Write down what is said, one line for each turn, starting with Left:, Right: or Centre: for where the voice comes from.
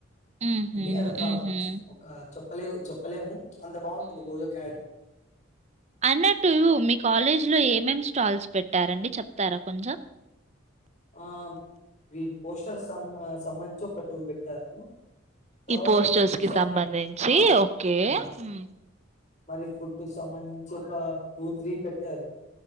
Right: మ్మ్ హ్మ్
Left: అంటే అదొక
Right: మ్మ్ హ్మ్
Left: ఒక చెప్పలే చెప్పలేము అంత బాగుంటుంది గోజో క్యా
Right: అన్నట్టూ మీ కాలేజ్లో ఏమేం స్టాల్స్ పెట్టారండి చెప్ తార కొంచెం
Left: ఆ ఇ పోస్టర్ సం సంబంధించి ఒక టూ పెట్టారు తర్వాత
Right: ఈ పోస్టర్స్
Left: ఫుడ్
Right: కి
Left: సంబం
Right: సంబంధించి
Left: ఆ!
Right: ఓకే
Left: ఆ!
Right: మ్
Left: మరి ఫుడ్ కు సంబంధించొక టూ త్రీ పెట్టారు